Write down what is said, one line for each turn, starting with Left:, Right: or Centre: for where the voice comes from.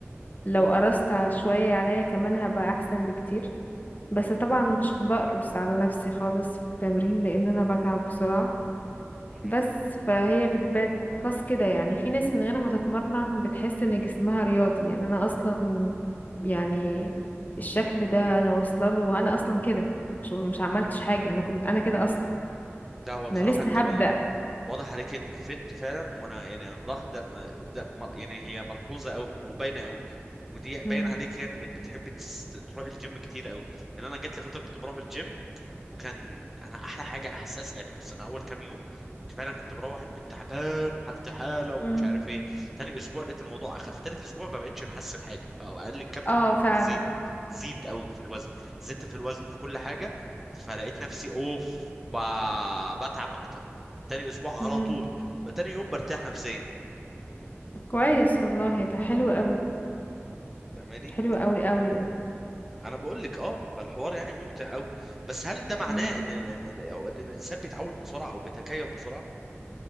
Left: لو قرصت ع- شوية عليا كمان هبقى أحسن بكتير بس طبعا مش بقرص على نفسي خالص في التمرين لأن أنا بتعب بسرعة
Centre: لأ
Left: بس فهي بتبان بتقاس كده يعني في ناس من غير ما تتمرن بتحس إن جسمها رياضي يعني أنا أصلا يعني الشكل ده أنا واصلة له وأنا أصلا كده مش مش عملتش حاجة أنا كنت أنا كده أصلا
Centre: لا هو بصراحة
Left: أنا لسه
Centre: انت وض-
Left: هبدأ
Centre: واضح عليك انك فت فعلا وانا يعني انا ملاح... ده, ده م- يعني هي ملحوظة قوي او باينة قوي ودي باين
Left: مم.
Centre: عليك يعني انك بتحب تس... تروح الجيم كتير قوي لان انا جات لي فترة كنت بروح الجيم وكان انا احلى حاجه احساس يعني بص انا اول كام يوم كنت فعلا كنت بروح البيت تعبان وحالتي حاله ومش
Left: مم.
Centre: عارف ايه تاني اسبوع لقيت الموضوع اخف تالت اسبوع ما بقتش بحس بحاجه فقال لي الكابتن
Left: اه فعلا
Centre: زيد زيد قوي في الوزن زدت في الوزن في كل حاجه فلقيت نفسي اوف ب... بتعب اكتر تاني اسبوع
Left: مم.
Centre: على طول تاني يوم برتاح نفسيا
Left: كويس والله ده حلو قوي
Centre: فاهماني
Left: حلو قوي قوي ده
Centre: انا بقول لك اه فالحوار يعني ممتع قوي بس هل ده معناه
Left: مم.
Centre: ان إن- إن- إن الانسان بيتعود بسرعه او بيتكيف بسرعه